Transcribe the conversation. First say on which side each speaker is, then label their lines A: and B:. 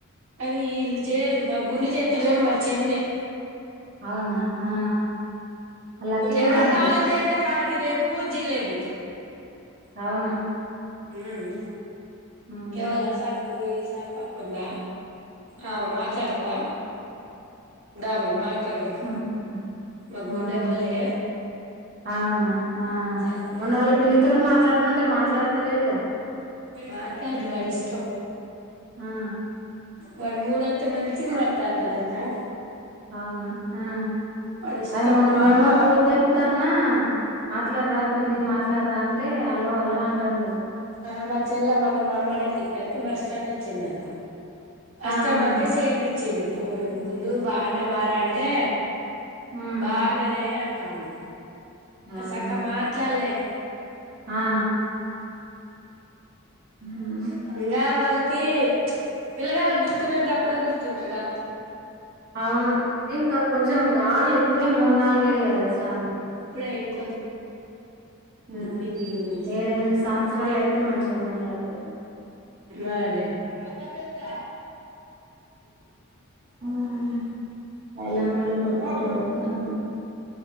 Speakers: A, on the right; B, on the right.
A: అది ఇల్ జేరు మా గులు జేత్ డుగాన్ మా చిన్ ఏ
B: అవునా ఆ లక్కీ
A: ఎవడు
B: కూడా అంతే
A: తానం జేత్తే వాడిక్ తిరేపు జిలేబీ
B: అవును
A: మ్మ్
B: ఉమ్
A: ఎవల సార్తో బోయ్ సార్ ప ఉంద ఆ మాట్లాడతవా ద మరి మాట్లాడ్దురా
B: ఆ
A: మగ్ ఉండే
B: అవునా
A: ఓలే
B: అవునా ఆ
A: జాల్పడ్యా
B: మొన్న వాళ్ళ పిన్నితోటి మాట్లాడమంటే మాట్లాడతలేడుగా
A: మాట్లాడు వాడి ఇష్టం
B: ఆ
A: వాడి మూడత్ తే మంచిగ్ మాట్తాడతాడక్ క
B: అవునా ఆ
A: వాడి ఇష్టం
B: అవి మొన్న
A: మా
B: నేను
A: అమ్మ
B: పూలు దెంపుతన్నా మాట్లాడ్రా పిన్ని మాట్లాడ్రా అంటే అలో అలో అంటండు
A: ఆ మా చెల్లమ్మని మా అమ్మని ఎక్ కిత్తనికి బస్ స్టాండ్ ఒచ్చిందంట బస్
B: ఆ
A: స్టాండ్
B: ఆ
A: ఒత్తే చేపిచ్చింది ఫోను గుండు బాన్నవా రా అంటే
B: ఉమ్
A: బాన్ననే అన్ తాండు ఆ
B: అవునా
A: సక్క మాట్లాల్లే
B: ఆ ఆ ఉమ్
A: ఇంగా వాళ్ళకి పిళ్ళగాళ్లక్ గుర్తున్నటప్పుడే గుర్తుండ్రగా
B: అవును ఇంక కొంచం గావాలి ఇప్పుడే మూన్ నాల్గు అవే కదా స్వామి
A: ప్లేయింగ్
B: ఊ
A: పిన్ని గురించి
B: ఏడ్ ఎనిమిది సమర్చరాల్ అయితే మంచిగా మాట్లాడతర్
A: మరే మ్మ్
B: ఉమ్ ఎల్లమ్మోల్ల కొడుకు
A: ఊ
B: ఎటో పోతాండు